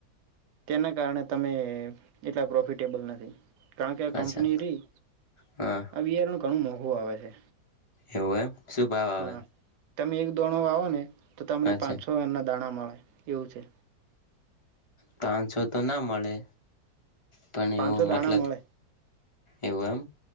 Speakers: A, on the right (about 75°); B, on the left (about 30°).
A: તેના કારણે અમે એટલા પ્રોફિટેબલ નથી. કારણ કે
B: છે
A: આ કંપની
B: અચ્છા
A: રહી
B: હા
A: આ બિયારણ ઘણું મો ઘુ આવે છે.
B: એવુ એમ. શું ભાવ આવે?
A: હા તમે એક દોણો વાવો ને. તો તમને
B: અચ્છા
A: પાંચસો એમ ના દાણા મળ એવું છે.
B: પાંચ છો તો ના મળે. પણ
A: પાંચસો
B: એવો મતલબ
A: દાણા મળે
B: એવું એમ.